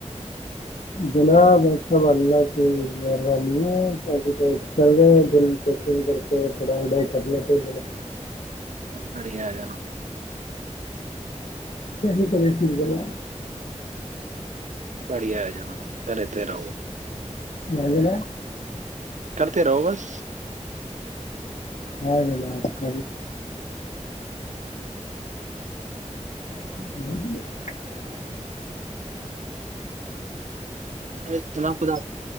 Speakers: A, on the left (about 80°); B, on the right (about 75°).
A: جناب یہ سب اللہ کی مہربانی ہے تو چل رہے ہیں دل کول کر کے پڑھائی وڑھائی کر لیتے جنا
B: بڑیا آ جانا
A: کیسی کری ت ب ل
B: بڑھیا ہے جنا پلے ت رہؤ
A: جاللہا
B: کرتے رہو بس
A: ہ لپ ک ہ
B: تول جناام خدا